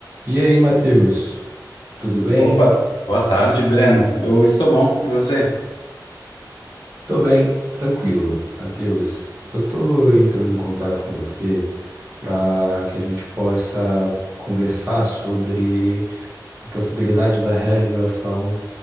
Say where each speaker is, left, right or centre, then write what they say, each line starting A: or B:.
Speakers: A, on the right; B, on the left.
A: E aí, Matheus, tudo bem?
B: Opa, boa tarde, Breno. Eu estou bom, e você?
A: Tô bem, tranquilo. Matheus, eu tô entrando em contato com você para que a gente possa conversar sobre a possibilidade da realização